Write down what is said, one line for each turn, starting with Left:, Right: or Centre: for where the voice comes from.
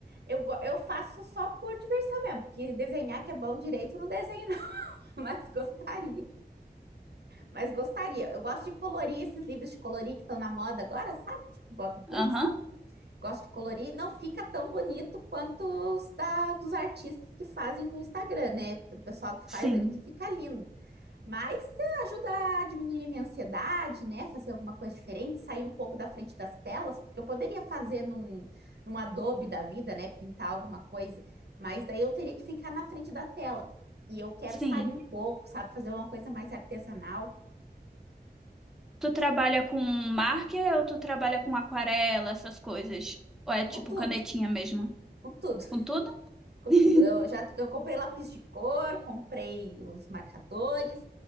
Right: Eu, go- eu faço só por diversão mesmo, porque desenhar que é bom direito, eu não desenho não, <laughs> mas gostaria. Mas gostaria. Eu gosto de colorir esses livros de colorir que estão na moda agora, sabe? Tipo Bob Goods.
Centre: Aham.
Right: Gosto de colorir. Não fica tão bonito quanto os da, dos artistas que fazem no Instagram, né? O pessoal que
Centre: Sim.
Right: faz ali que fica lindo. Mas eh, ajuda a diminuir a minha ansiedade, né? Fazer alguma coisa diferente, sair um pouco da frente das telas, porque eu poderia fazer num, num Adobe da vida, né? Pintar alguma coisa, mas daí eu teria que ficar na frente da tela. E eu quero
Centre: Sim.
Right: sair um pouco, sabe? Fazer uma coisa mais artesanal,
Centre: Tu trabalha com marker ou tu trabalha com aquarela, essas coisas? Ou é tipo
Right: com tudo,
Centre: canetinha mesmo?
Right: com tudo.
Centre: Com tudo? <laughs>
Right: tudo. Eu já eu comprei lápis de cor, comprei os marcadores.